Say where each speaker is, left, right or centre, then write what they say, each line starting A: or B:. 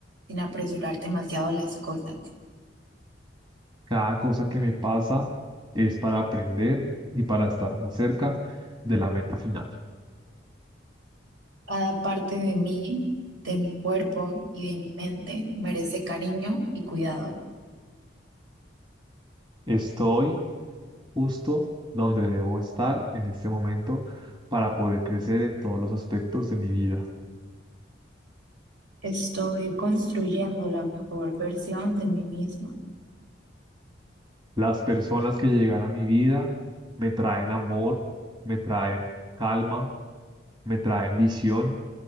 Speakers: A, on the right; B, on the right.
A: sin apresurar demasiado las cosas.
B: Cada cosa que me pasa es para aprender y para estar más cerca de la meta final.
A: Cada parte de mí, de mi cuerpo y de mi mente merece cariño y cuidado.
B: Estoy justo donde debo estar en este momento para poder crecer en todos los aspectos de mi vida.
A: Estoy construyendo la mejor versión de mí misma.
B: Las personas que llegan a mi vida me traen amor, me traen calma, me traen visión